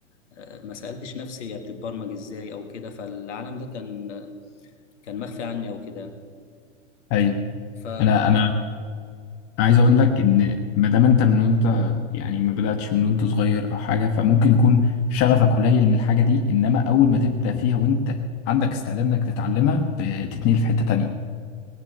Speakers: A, on the left; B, on the left.
A: آه، ما سالتش نفسي هي بتتبرمج ازاي او كده فالعالم ده كان كان مخفي عني او كده يعني.
B: ايوه
A: ف
B: انا انا عايز اقول لك ان ما دام انت من وانت يعني ما بدأتش من وانت صغير او حاجة فممكن يكون شغفك قليل من الحاجة دي انما اول ما تبدأ فيها وانت عندك استعداد انك تتعلمها بتتنقل في حتة تانية